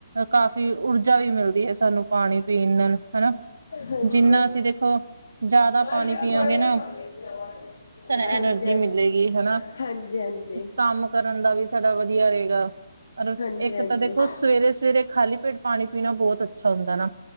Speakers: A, on the right; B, on the left.
A: ਕਾਫ਼ੀ ਊਰਜਾ ਵੀ ਮਿਲਦੀ ਏ ਸਾਨੂੰ। ਪਾਨੀ ਪੀਨ ਨਾਲ ਹਨਾ,
B: ਹਾਂਜੀ
A: ਜਿੰਨਾ ਅਸੀਂ ਦੇਖੋ, ਜਾਦਾ
B: ਹਾਂਜੀ
A: ਪਾਨੀ ਪੀਆਾਂਗੇ ਨਾ
B: <unintelligible>
A: ਸਾਨੂੰ ਐਨਰਜੀ
B: ਹਾਂਜੀ ਹਾਂਜੀ
A: ਮਿਲੇਗੀ ਹੈਨਾ,
B: ਹਾਂਜੀ
A: ਕੰਮ ਕਰਨ ਦਾ ਵੀ ਸਾਡਾ ਵਦੀਆ ਰਏਗਾ, ਔਰ
B: ਹਾਂਜੀ
A: ਇੱਕ ਤਾਂ ਦੇਖੋ
B: ਹਾਂਜੀ
A: ਸਵੇਰੇ-ਸਵੇਰੇ ਖਾਲੀ ਪੇਟ ਪਾਣੀ ਪੀਣਾ ਬੋਤ ਅੱਛਾ ਹੁੰਦਾ ਨਾ।